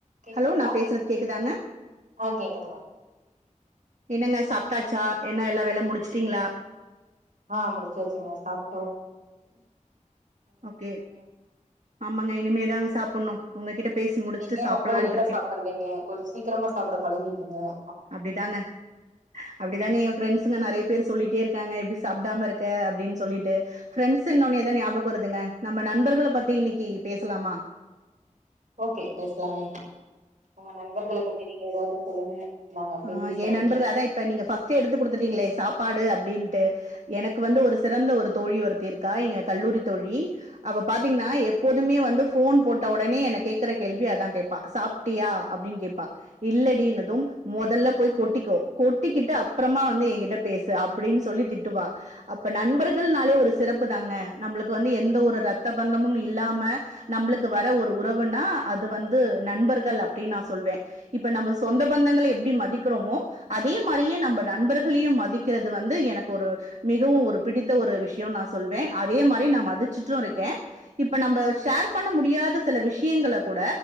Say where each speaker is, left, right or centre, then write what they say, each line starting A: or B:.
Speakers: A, on the right; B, on the right.
A: கேக்குதுங்களா
B: Hello நான் பேசுறது கேக்குதாங்க
A: ஆ கேக்குதுங்க
B: என்னங்க சாப்பிட்டாச்சா என்ன எல்லாம் வேல முடிச்சுட்டீங்களா
A: ஆஹ் முடிச்சச்சுங்க சாப்பிட்டோம்
B: ஓகே ஆமாங்க இனிமேதாங்க சாப்பிடணும் உங்ககிட்ட பேசி முடிச்சுட்டு
A: நீங்க
B: சாப்பிடலான்
A: ரொம்ப லேட்டா
B: இருக்கேன்
A: சாப்பிடுவீங்க கொஞ்சம் சீக்கிரமா சாப்பிட பழகி ஏன்
B: அப்டிதாங்க அப்டிதாங்க என் ஃரெண்ட்ஸுங்க நிறைய பேர் சொல்லிட்டே இருக்கங்க எப்படி சாப்பிடாம இருக்க அப்படின்னு சொல்லிட்டு பிரண்ட்ஸ்னொன்னு தான் ஞாபக வருதுங்க நம்ம நண்பர்கள பத்தி இன்னைக்கு பேசலாமா
A: ஓகே பேசலாமே உங்க நண்பர்கள பத்தி ஏதாவது சொல்லுங்க நாங்க அப்டியே
B: ஆஹ்
A: பேசுறோ
B: என் நண்பருர்கள்
A: கூட
B: அதான் இப்ப நீங்க ஃபர்ஸ்ட் எடுத்து குடுத்துட்டீங்களே சாப்பாடு அப்படின்ட்டு எனக்கு வந்து ஒரு சிறந்த ஒரு தோழி ஒருத்தி இருக்கா இங்க கல்லூரி தோழி அவ பாத்தீங்கன்னா எப்போதுமே வந்து போன் போட்ட உடனே என்ன கேடக்குற கேள்வி அததான் கேட்பா சாப்பிட்டியா அப்படியான்னு கேட்பா இல்லடினுதும் முதல்ல போய் கொட்டிக்கோ கொட்டிக்கிட்டு அப்புறமா வந்து எங்கிட்ட பேசு அப்படின்னு சொல்லி திட்டுவா அப்ப நண்பர்கள்னாலே ஒரு சிறப்பு தாங்க நம்மளுக்கு வந்து எந்த ஒரு ரத்த பந்தமும் இல்லாம நம்மளுக்கு வர ஒரு உறவுனா அது வந்து நண்பர்கள் அப்படின்னு நா சொல்வேன் இப்ப நம்ம சொந்த பந்தங்களை எப்டி மதிக்கிறமோ அதே மாதிரியே நம்ம நண்பர்களையும் மதிக்கிறது வந்து எனக்கு ஒரு மிகவும் ஒரு பிடித்த ஒரு விஷயம் நான் சொல்வேன் அதே மாதிரி நான் மதிச்சுட்டும் இருக்கேன் இப்ப நம்ம ஷேர் பண்ண முடியாத சில விஷயங்களை கூட